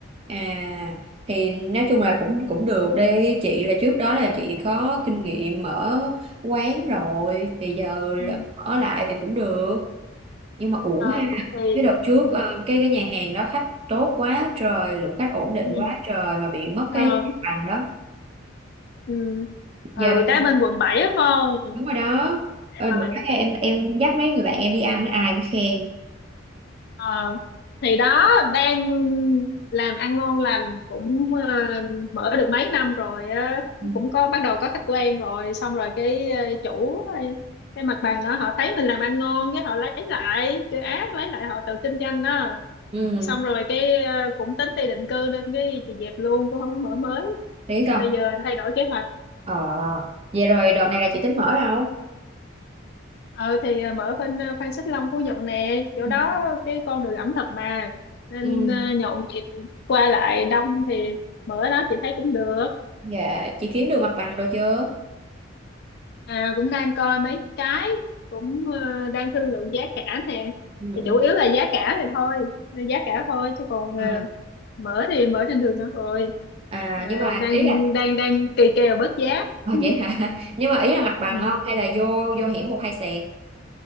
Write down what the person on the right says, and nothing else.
À thì nói chung là cũng cũng được đi chị là trước đó là chị có kinh nghiệm mở quán rồi thì giờ là
ở lại thì cũng được nhưng mà uổng
ha
cái đợt trước
ờ, cái cái nhà hàng đó khách tốt quá trời lượng khách ổn định
quá trời mà bị mất
cái bằng đó
giờ bên này
đúng rồi đó ờ,
được cái em em dắt mấy người bạn em đi ăn ai cũng khen
ừ
Ừ,
biết không
ờ vậy rồi đợt này là chị tính mở đâu
Ừ.
ừ
dạ chị kiếm được mặt bằng rồi chưa
Ừ,
ừ.
à,
à,
nhưng mà
ý là
à,
vậy hả <laughs> nhưng mà ý là mặt bằng
không hay là vô vô hẻm một hai sẹt